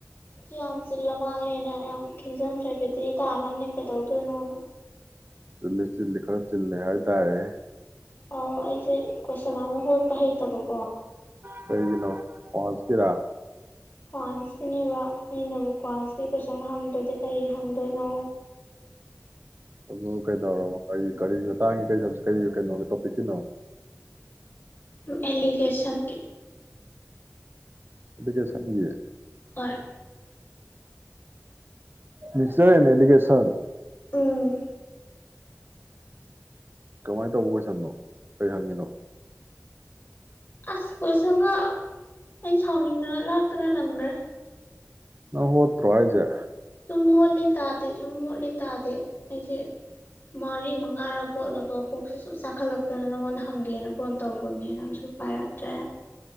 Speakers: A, on the left (about 40°); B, on the right (about 40°).
A: ꯌꯥꯝ ꯆꯤꯜꯂ ꯃꯥꯜꯂꯦꯅ ꯌꯥꯝ ꯈꯤꯟꯗ꯭ꯔꯦ ꯕꯦꯇ꯭ꯔꯤ ꯇꯥꯅꯕꯅꯦ ꯀꯩꯗꯧꯗꯣꯏꯅꯣꯅ
B: ꯆꯤꯜꯂꯤ ꯆꯤꯜꯂꯤ ꯈꯔ ꯆꯤꯜꯂꯦ ꯍꯥꯏ ꯇꯥꯔꯦ
A: ꯑꯧ ꯑꯩꯁꯦ ꯀꯣꯏꯁꯅ ꯑꯃ ꯍꯣꯠꯄ ꯍꯩ ꯇꯕꯛ
B: ꯀꯩꯒꯤꯅꯣ ꯄꯥꯎꯟꯁ ꯀꯤꯔ
A: ꯀ꯭ꯋꯥꯟꯁꯀꯤꯅꯦꯕ ꯑꯩꯅꯕꯨ ꯀ꯭ꯋꯥꯟꯁꯀꯤ ꯀꯣꯏꯁꯟ ꯍꯪꯗ꯭ꯔꯗꯤ ꯀꯔꯤ ꯍꯪꯗꯣꯏꯅꯣ
B: ꯑꯗꯨ ꯀꯩꯗꯧꯔꯕ ꯀꯔꯤ ꯀꯔꯤ ꯃꯇꯥꯡꯒꯤ ꯀꯔꯤ ꯀꯔꯤ ꯀꯩꯅꯣꯒꯤ ꯇꯣꯄꯤꯛꯀꯤꯅꯣ
A: ꯑꯦꯂꯤꯒꯦꯁꯟꯒꯤ
B: ꯑꯦꯂꯤꯒꯦꯁꯟꯒꯤ
A: ꯍꯣꯏ
B: ꯃꯤꯛꯆꯔ ꯑꯦꯟꯗ ꯑꯦꯂꯤꯒꯦꯁꯟ
A: ꯎꯝ
B: ꯀꯃꯥꯏꯅ ꯇꯧꯕ ꯀꯣꯏꯁꯟꯅꯣ ꯀꯔꯤ ꯍꯪꯉꯤꯅꯣ
A: ꯑꯁ ꯀꯣꯏꯁꯪꯒ ꯑꯩ ꯁꯥꯎꯅꯤꯡꯗꯅ ꯂꯥꯛꯇꯅ ꯂꯪꯒ꯭ꯔꯦ
B: ꯅꯪ ꯍꯣꯠꯇ꯭ꯔꯣ ꯍꯥꯏꯖꯦ
A: ꯁꯨꯝ ꯍꯣꯠꯂꯤ ꯇꯥꯗꯦ ꯁꯨꯝ ꯍꯣꯠꯂꯤ ꯇꯥꯗꯦ ꯑꯩꯁꯦ ꯃꯔꯤ ꯃꯉꯥꯔꯛ ꯍꯣꯠꯂꯕꯥꯎ ꯀꯣꯛꯁꯦ ꯁꯨꯝ ꯆꯥꯛꯈꯠꯂꯛꯇꯅ ꯅꯪꯉꯣꯟꯗ ꯍꯪꯒꯦꯅ ꯐꯣꯟ ꯇꯧꯕꯅꯦ ꯅꯪꯁꯨ ꯄꯥꯏꯔꯛꯇ꯭ꯔꯦ